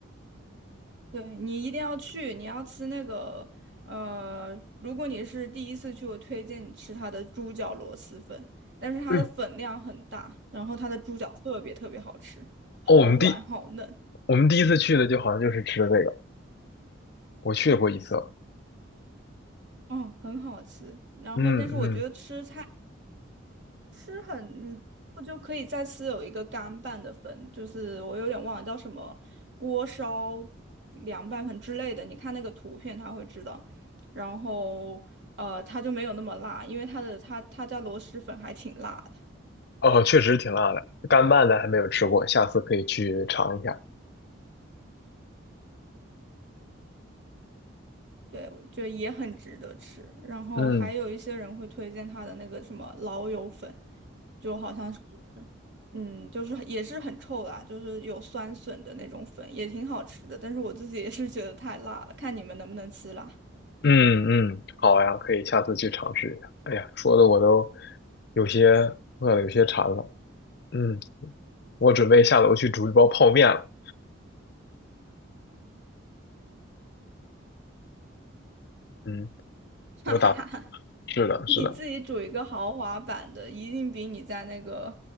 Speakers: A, on the right (about 60°); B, on the left (about 50°).
A: 对，你一定要去，你要吃那个，呃，如果你是第一次去，我推荐你吃它的猪脚螺蛳粉，但是它的粉量很大，
B: 嗯
A: 然后它的猪脚特别特别好吃，好软好嫩，
B: 哦，我们第我们第一次去的就好像就是吃的这个，我去过一次，
A: 嗯，很好吃。然后，
B: 嗯嗯，
A: 但是我觉得吃吃很，你我就可以再吃有一个干拌的粉，就是我有点忘了叫什么锅烧凉拌粉之类的。你看那个图片，他会知道。然后呃，他就没有那么辣，因为他的他他家螺蛳粉还挺辣的。
B: 哦，确实挺辣的，干拌的还没有吃过，下次可以去尝一下。
A: 对，我觉得也很值得吃。然后还有一些人会推荐他的那个什么老友粉，
B: 嗯
A: 就好像是，嗯，就是也是很臭啦，就是有酸笋的那种粉，也挺好吃的。但是我自己也是觉得太辣了，看你们能不能吃辣。
B: 嗯嗯，好呀，可以下次去尝试一下。哎呀，说的我都有些饿了，有些馋了。嗯，我准备下楼去煮一包泡面了。嗯，
A: <laughs>
B: 我打，
A: 哈哈哈哈，
B: 是的，是的，
A: 你自己煮一个豪华版的，一定比你在那个